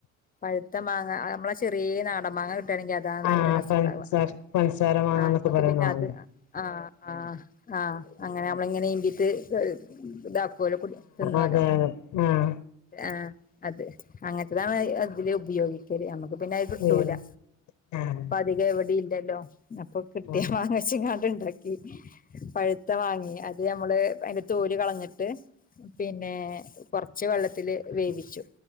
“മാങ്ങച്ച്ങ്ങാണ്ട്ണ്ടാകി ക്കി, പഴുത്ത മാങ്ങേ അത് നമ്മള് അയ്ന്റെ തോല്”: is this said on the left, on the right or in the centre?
Left